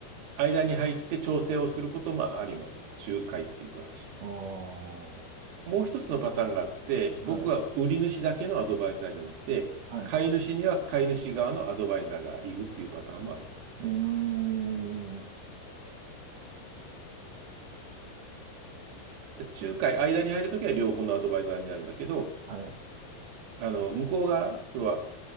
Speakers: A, on the right; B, on the right.
A: 間に入って調整をすることもあります。仲介っていう形で。
B: ああ。は
A: もう一つのパターンがあって、僕は売り主だけのアドバイザーになって、
B: い。はい。
A: 買い主には買い主側のアドバイザーがいるっていうパターンもあります。
B: うーん。
A: で仲介、間に入るときは両方のアドバイザーになるんだけど、
B: はい。
A: あの、向こうが、要は、